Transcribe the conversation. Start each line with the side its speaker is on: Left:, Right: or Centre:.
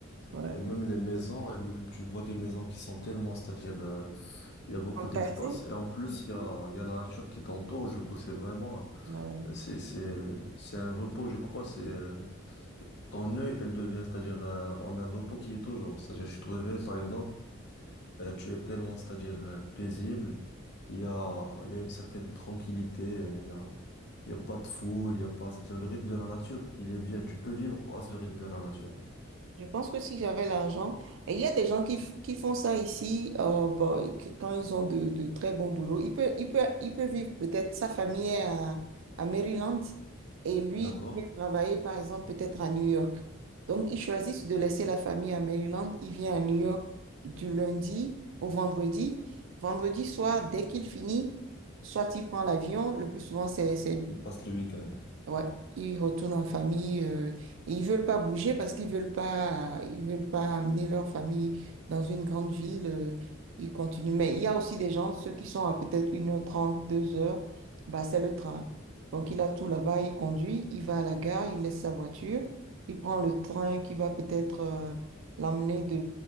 Right: Ouais.
Left: et même les maisons, et même tu vois des maisons qui sont tellement, c'est-à-dire, euh, il y a beaucoup
Right: Fantastique.
Left: d'espace, et en plus,
Right: Mhm.
Left: il y a, il y a la nature qui t'entoure, du coup, c'est vraiment,
Right: Ouais.
Left: c'est, c'est, c'est un repos, je crois, c'est, euh, ton œil, elle devient, c'est-à-dire, euh, on a un repos qui est toujours, c'est-à-dire, tu te réveilles, par exemple, euh, tu es tellement, c'est-à-dire, euh, paisible, il y a, il y a une certaine tranquillité, euh, il y a, il y a pas de foule, il y a pas, c'est-à-dire, le rythme de la nature, il est bien, tu peux vivre à ce rythme de la nature.
Right: Je pense que si j'avais l'argent, et il y a des gens qui, f- qui font ça ici, euh, bon, que- quand ils ont de, de très bons boulots, il peut, il peut, il peut vivre peut-être sa famille est à, à Maryland et lui,
Left: D'accord?
Right: il vient travailler par exemple peut-être à New York. Donc, ils choisissent de laisser la famille à Maryland, il vient à New York du lundi au vendredi. Vendredi soir, dès qu'il finit, soit il prend l'avion, le plus souvent c'est, c'est,
Left: Il passe le week-end.
Right: Ouais, ils retournent en famille euh, et ils veulent pas bouger parce qu'ils veulent pas, ils veulent pas amener leur famille dans une grande ville. euh, ils continuent. Mais il y a aussi des gens, ceux qui sont à peut être une heure trente deux heures bah, c'est le train. Donc il a tout là-bas, il conduit, il va à la gare, il laisse sa voiture, il prend le train qui va peut-être euh, l'emmener de,